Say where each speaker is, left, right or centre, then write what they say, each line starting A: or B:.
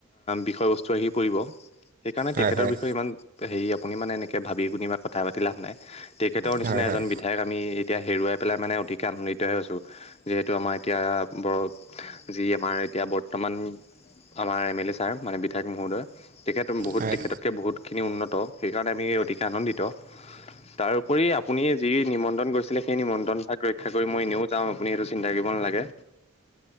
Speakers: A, on the left; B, on the right.
A: বিষয় বস্তু। টো আহি পৰিব সেইকাৰণে
B: হয়
A: তেখেতৰ
B: হয়
A: বিষয়ে ইমান হেৰি আপুনি মানে এনেকে ভাবি গুণি ইমান কথা পাতি লাভ নাই তেখেতৰ নিচিনা
B: হয়
A: এজন
B: হয়
A: বিধা ধায়ক‌ আমি এতিয়া হেৰুৱাই পেলাই মানে অতিকে আনন্দিত হৈছোঁ। যিহেতু আমাৰ এতিয়া বৰ যি আমাৰ এতিয়া বৰ্তমান আমাৰ এম লে এ ছাৰে মানে বিধায়ক মহোদয় তেখেত বহুত
B: হয়
A: তেখেত কে বহুতখিনি উন্নত সেইকাৰণে আমি অতিকে আনন্দিত। তাৰ উপৰি আপুনি যি নিমন্ত্ৰন কৰিছিলে সেই নিমন্ত্ৰন ভাক ৰক্ষা কৰি মই এনেও যাম আপুনি এইটো চিন্তা কৰিব নালাগে।